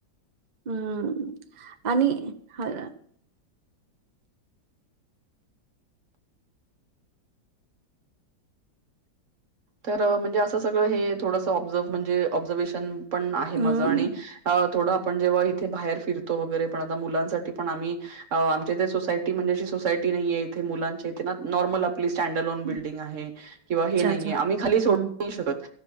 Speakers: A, on the right (about 65°); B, on the right (about 45°).
A: हम्म आणि ह
B: तर म्हणजे असं सगळं हे थोडंसं ऑब्झर्व्ह म्हणजे ऑब्झर्वेशन पण आहे
A: हम्म.
B: माझ आणि थोडं आपण जेव्हा इथे बाहेर फीरतो वगैरे पण आता मुलांसाठी पण आम्ही आमच्या इथे सोसायटी म्हणजे अशी सोसायटी नाहीेय, इथे मुलांचे इथे ना नॉर्मल सॅंडल लोन
A: अच्छा,
B: बिल्डिंग आहे किंवा
A: अच्छा.
B: आम्ही खाली सोडू
A: हं.
B: नाही शकत.